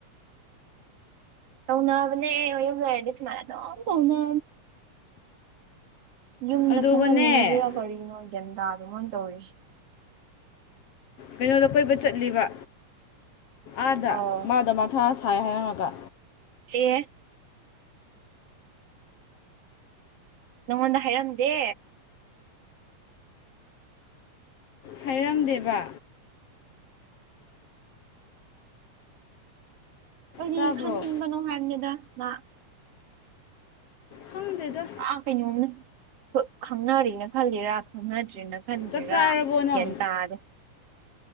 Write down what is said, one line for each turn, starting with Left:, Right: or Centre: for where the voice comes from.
Right: ꯇꯧꯅꯕꯅꯦ ꯍꯥꯏꯔꯗꯁ ꯃꯥꯔꯗ ꯇꯧꯅ ꯌꯨꯝꯗ
Left: ꯑꯗꯨꯒꯅꯦ
Right: ꯈꯪꯍꯟꯅꯤꯡꯗ꯭ꯔꯥ ꯀꯔꯤꯅꯣ ꯒ꯭ꯌꯥꯟ ꯇꯥꯗꯦ ꯃꯣꯏꯅ ꯇꯧꯔꯤꯁꯦ
Left: ꯀꯩꯅꯣꯗ ꯀꯣꯏꯕ ꯆꯠꯂꯤꯕ ꯑꯥꯗ
Right: ꯑꯧ
Left: ꯃꯥꯗ ꯃꯊꯁꯤ ꯊꯥꯏ ꯍꯥꯏꯔꯝꯃꯒ
Right: ꯑꯦ ꯅꯉꯣꯟꯗ ꯍꯥꯏꯔꯝꯗꯦ
Left: ꯍꯥꯏꯔꯝꯗꯦꯕ
Right: ꯀꯔꯤ
Left: ꯇꯥꯕ꯭ꯔꯣ
Right: ꯈꯟꯕꯅꯣ ꯍꯥꯏꯕꯒꯦꯗ ꯃꯥ
Left: ꯈꯪꯗꯦꯗ
Right: ꯑꯥ ꯀꯩꯅꯣꯝꯅꯦ ꯈꯪꯅꯔꯤꯅ ꯈꯜꯂꯤꯔꯥ ꯈꯪꯅꯗ꯭ꯔꯦꯅ ꯈꯟꯗ꯭ꯔꯤꯔꯥ
Left: ꯆꯥꯛ ꯆꯥꯔꯕꯣ ꯅꯪ
Right: ꯟ ꯇꯥꯔꯦ